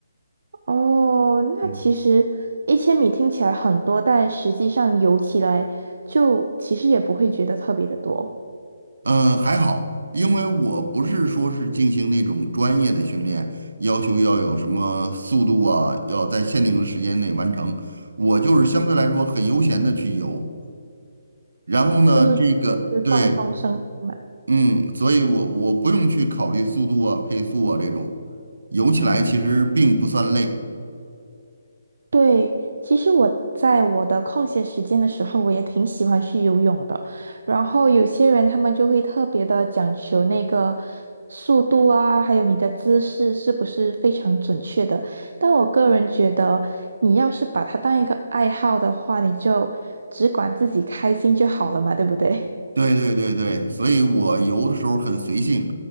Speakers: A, on the right; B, on the right.
A: 哦，那其实一千米听起来很多，
B: 嗯
A: 但实际上游起来就其实也不会觉得特别的多，
B: 呃，还好，因为我不是说是进行那种专业的训练，要求要有什么速度啊，要在限定的时间内完成。我就是相对来说很悠闲的去游，然后呢，
A: 就是就是放松身心嘛。
B: 这个对，嗯，所以我我不用去考虑速度啊、配速啊这种，游起来其实并不算累。
A: 对，其实我在我的空闲时间的时候，我也挺喜欢去游泳的。然后有些人他们就会特别的讲求那个速度啊，还有你的姿势是不是非常准确的。但我个人觉得，你要是把它当一个爱好的话，你就只管自己开心就好了嘛，对不对？
B: 对对对对，所以我游的时候很随性，